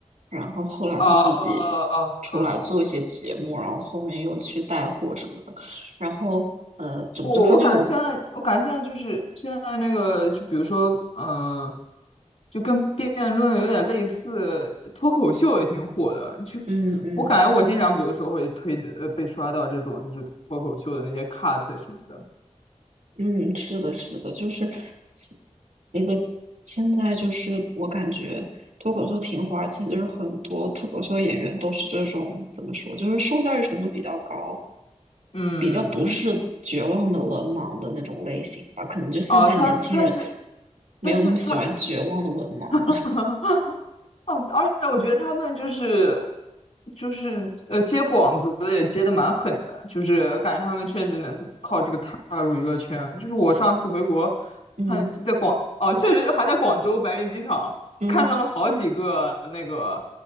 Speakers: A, on the right; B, on the left.
A: 然后后来他自己
B: 哦哦，哦哦嗯，
A: 出来做一些节目，然后后面又去带货什么的，然后呃，总之他就有，
B: 我我感觉现在，我感觉现在就是现在那个，就比如说，嗯、就跟辩论有点类似，脱口秀也挺火的。就
A: 嗯嗯。
B: 我感觉我经常，比如说会推的，呃，被刷到这种就是脱口秀的那些 cut 什么的。
A: 嗯，是的，是的，就是其那个现在就是我感觉脱口秀挺火，而且就是很多脱口秀演员都是这种怎么说，就是受教育程度比较高，
B: 嗯，
A: 比较不是绝望的文盲的那种类型吧。
B: 嗯
A: 可能就现在年轻人
B: 哦、他他是
A: 没有那么喜欢绝望的文盲了。
B: 他是他。<laughs> 哦，而且我觉得他们就是就是呃接广子也接的蛮狠的，就是感觉他们确实能靠这个踏入娱乐圈。就是我上次回国
A: <laughs> 嗯
B: 看就在广哦，确实还在广州白云机场看到了好几个那个
A: 嗯，